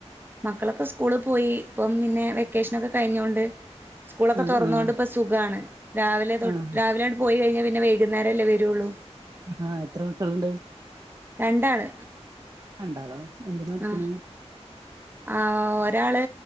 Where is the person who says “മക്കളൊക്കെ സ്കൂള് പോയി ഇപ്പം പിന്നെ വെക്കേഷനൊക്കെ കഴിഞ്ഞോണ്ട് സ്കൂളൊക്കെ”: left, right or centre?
Right